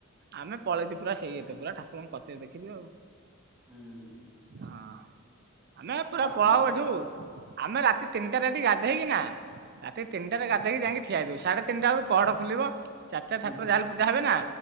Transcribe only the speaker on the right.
ଆମେ ପଳେଇଛୁୁ ପୁରା ସେଇଆତେ ପୁରା ଠାକୁରଙ୍କ କତ୍ ତେ ଦେଖିବି ଆଉ,
ହଁ ଆମେ ପୁରା
ପଳା
ହବ
ଏଠୁ। ଆମେ ରାତି ତିନିଟା ଟିକେ ଗାଧେଇକି ନା, ରାତି ତିନିଟାରେ ଗାଧେଇକି ଯାଇକି ଠିଆଇ ଦବୁ ସାଢେ ତିିଟା ବେକୁ ପହଡ ଖୋଲିବ। ଚାରିଟା
ଠାକୁର ଯାହାଲେ ପୂଜାବେ ନା